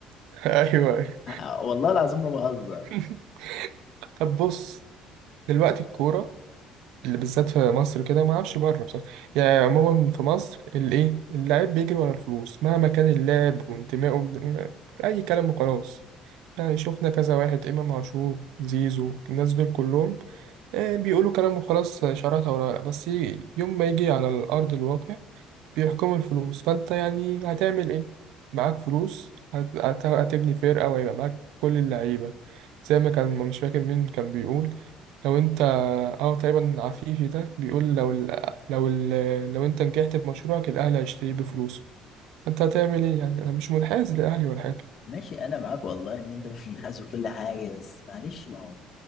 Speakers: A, on the right; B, on the left.
A: <laughs> أيوه أيوه
B: ه- والله العظيم ما بهزر
A: <laughs> طب بص دلوقتي الكورة اللي بالذات في مصر كده ما اعرفش بره بصراحه يعني عموما في مصر الايه اللاعب بيجري ورا الفلوس مهما كان اللاعب وانتمائه ب- اي كلام وخلاص يعني شفنا كذا واحد امام عاشور زيزو الناس دول كلهم آه، بيقولوا كلام وخلاص شراكه ولا بس ي- يوم ما يجي على الارض الواقع بيحكموا الفلوس فانت يعني هتعمل ايه معاك فلوس هت- هت- هتبني فرقة وهيبقى معاك كل اللعيبة زي ما كان مش فاكر مين كان بيقول لو انت او تقريبا عفيفي ده بيقول لو ال... لو ال... لو انت نجحت في مشروعك الاهلي هيشتريه بفلوسه انت هتعمل ايه يعني انا مش منحاز للاهلي ولا حاجة
B: ماشي انا معاك والله ان انت مش منحاز وكل حاجه بس معلش ما هو